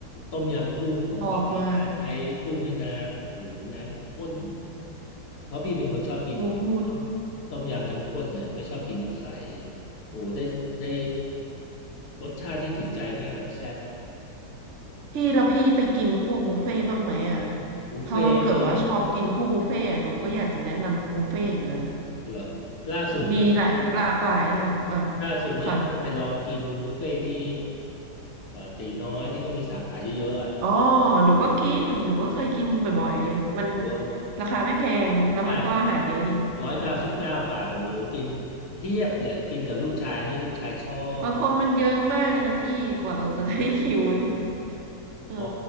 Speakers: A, on the left (about 65°); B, on the right (about 50°).
A: ต้มยำกุ้งของเขานี่นะใช้กุ้งแม่น้ำโอ้โห
B: ชอบมาก
A: น้ำข้นเพราะพี่เป็นคนชอบกินต้ม
B: โอ้พูด
A: ต้มยำน้ำข้นเนี่ยไม่ชอบกินน้ำใส โอ้ได้ได้รสชาตินี่ถึงใจมากแบบแซ่บอ่ะ
B: พี่แล้วพี่ไปกินพวกบุฟเฟ่ต์บ้างไหมอ่ะ
A: บุฟเฟ่ต์นี่
B: ถ้าเกิดว่าชอบกินพวกบุฟเฟ่ต์อะหนูก็อยากจะแนะนำบุฟเฟ่ต์อยู่นะ
A: เหรอล่าสุดเนี้ย
B: มีหลายหลากหลายเลยอ่ะอ่ะ
A: ล่าสุดเนี้ยไปลองกินบุฟเฟ่ต์ที่
B: ค่ะ
A: เอ่อตีน้อยที่ก็มีสาขาเยอะๆอ่ะ
B: อ๋อหนูก็กินหนูก็เคยกินบ่อยๆเลยมัน
A: โอ้
B: ราคาไม่แพงแล้วมันก็อาหารเยอะดี
A: ใช่ ร้อยเก้าสิบเก้าบาทโอ้โหกินเพียบเลยกินกับลูกชายนี่ลูกชายชอบ
B: บางคนมันเยอะมากเลยนะพี่กว่าเราจะได้
A: ใช่
B: <laughs> คิวเนี่ยเออ
A: อ๋อ